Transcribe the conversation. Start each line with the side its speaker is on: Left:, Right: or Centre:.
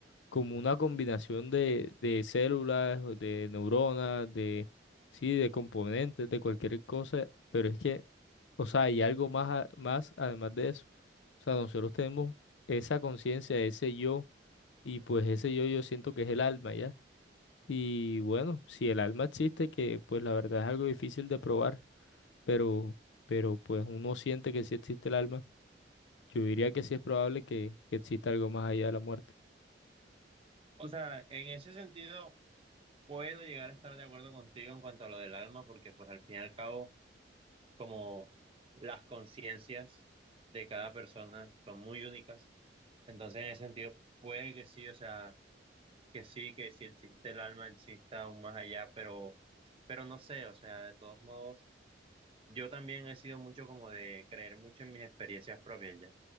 Left: como una combinación de, de células, o de neuronas, de, sí, de componentes, de cualquier cosa, pero es que, o sea, hay algo más, a- más además de eso. O sea, nosotros tenemos esa conciencia, ese yo, y pues ese yo yo siento que es el alma, ¿ya? Y bueno, si el alma existe, que pues la verdad es algo difícil de probar, pero, pero pues uno siente que sí existe el alma, yo diría que sí es probable que, que exista algo más allá de la muerte.
Right: o sea, en ese sentido puedo llegar a estar de acuerdo contigo en cuanto a lo del alma, porque pues al fin y al cabo como las conciencias de cada persona son muy únicas. Entonces, en ese sentido, puede que sí, o sea, que sí, que si existe el alma, exista aún más allá, pero, pero no sé, o sea, de todos modos, yo también he sido mucho como de creer mucho en mis experiencias propias, ya